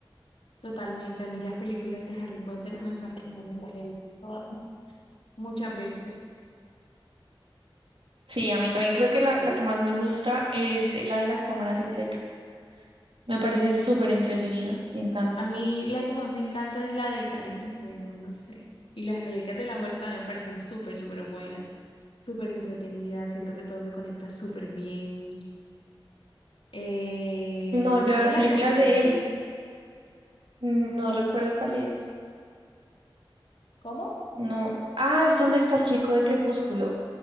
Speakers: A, on the left; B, on the right.
A: Totalmente. A mí las películas de Harry Potter me fascinan, me las he visto todas, muchas veces.
B: Sí, a mí también creo que la, la que más me gusta es la de la Cámara Secreta. Me parece súper entretenido, me encanta.
A: A mí la que más me encanta es la del Cáliz de Fuego, no sé. Y las Reliquias de la Muerte también me parecen súper, súper buenas, súper entretenidas. Siento que todo se conecta súper bien. Eh,
B: No volví
A: ¿te sabes
B: a ver
A: las
B: películas
A: reliquias?
B: de él, no recuerdo cuál es.
A: ¿Cómo?
B: No. Ah, es donde está el chico de Crepúsculo.